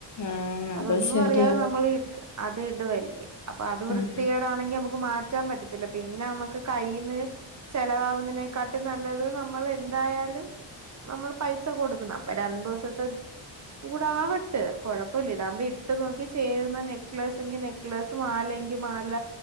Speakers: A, on the left; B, on the right.
A: ആഹ് അത്
B: അതൊന്നും
A: ശരിയാ
B: അറിയാതെ നമ്മളീ ഇ അത് ഇടുവല്ലേ. അപ്പൊ അത് വൃത്തികേടാണെങ്കി
A: ഉം
B: നമുക്ക് മാ റ്റാൻ പറ്റത്തില്ല പിന്നെ നമ്മുക്ക് കയ്യിന്ന് ചെലവാവുന്നതിനെക്കാട്ടി നല്ലത് നമ്മൾ എന്തായാലും നമ്മൾ പൈസ കൊടുക്കണം അപ്പൊ രണ്ട് ദിവസത്തെ കൂടെആവട്ട് കൊഴപ്പല്ല ഇതകുമ്പോ ഇട്ട് നോക്കി ചേരുന്നതിന് നെക്ലൈസെങ്കി നെക്ലൈസ് മാലെങ്കി മാല